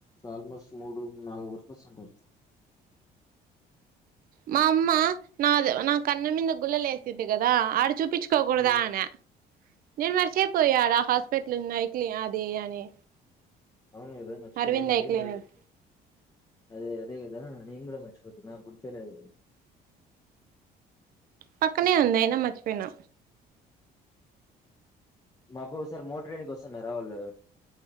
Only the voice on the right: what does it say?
మా అమ్మ నాద్ నా కన్న మీంద గుళ్ళలే. ఇచ్చిందా కదా ఆడ చూపించుకోకూడదా
అనా. నేను మర్చిపోయా ఆడా హాస్పిటల్ ఉన్నాయి కలి అది అని.
అరవింద్
ఐ క్లినిక్
పక్కనే ఉందాయిన మచ్చిపోయినా.